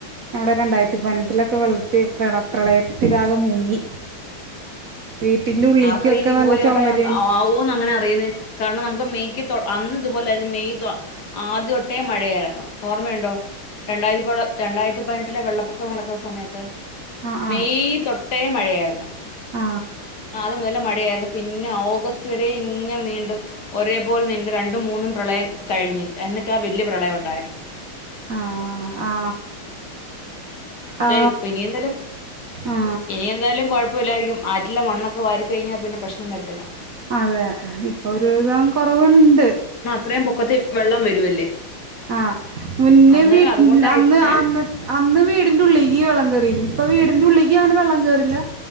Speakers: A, on the right; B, on the left.
A: നമ്മടെ രണ്ടായിരത്തി പതിനെട്ടിലൊക്കെ വെള്ളത്തി പ്രള പ്രളയത്തിലാകെ മുങ്ങി വീട്ടിൻ്റെ ഉള്ളിക്കൊക്കെ
B: ആർക്കറിയാ ഇതുപോലെ
A: നല്ല
B: ഈവട്ട
A: ചുമര്
B: ഒണ്ടാ ആവോന്ന് എങ്ങനെ അറിയുന്നേ കാരണം നമുക്ക് മെയ്ക്ക് തൊ അന്ന് അതുപോലായിരുന്നു മെയ് തൊ ആദ്യതൊട്ടേ മഴയായിരുന്നു ഓർമ്മയണ്ടോ രണ്ടായിത്തിപോള് രണ്ടായിരത്തി പതിനെട്ടിലെ വെള്ളപ്പൊക്കം നടക്കുന്ന സമയത്ത്
A: ആ ആ
B: മെയ് തൊ ട്ടേ മഴയായിരുന്നു
A: ആ
B: ആദ്യം മുതലേ മഴയായിരുന്നു, പിന്നെ ഓഗസ്റ്റ് വരേ ഇങ്ങനെ നീണ്ടു, ഒരേ പോലനിന്നു രണ്ടും, മൂന്നും പ്രളയം കഴിഞ്ഞു, എന്നിട്ടാ വല്യ പ്രളയം ഒണ്ടായെ
A: ആഹ് ആ
B: ക്ഷേ
A: ആ
B: ഇപ്പ ഇനി എന്തായാലും
A: ആ
B: ഇനി എന്തായാലും കൊഴപ്പമില്ലായിരിക്കും. ആറ്റിലെ മണ്ണൊക്കെ വാരി കഴിഞ്ഞാ പിന്നെ പ്രശ്നം വരത്തില്ല.
A: അതെ ഇപ്പൊ ഒരു വിധം കൊറവുണ്ട്.
B: ത്രയും പൊക്കത്തി വെള്ളം വരുവല്ലേ
A: ആ മുന്നേ,
B: അന്നേരം
A: വീ
B: അതുകൊണ്ടായിട്ട്
A: അന്ന്
B: ഏ
A: അന്ന അന്ന് വീടിന്റുള്ളി ഈ വെള്ളം കേറിയിരുന്നു, ഇപ്പ വീടിന്റെ ഉള്ളിക്ക് അങ്ങനെ വെള്ളം കേറില്ല.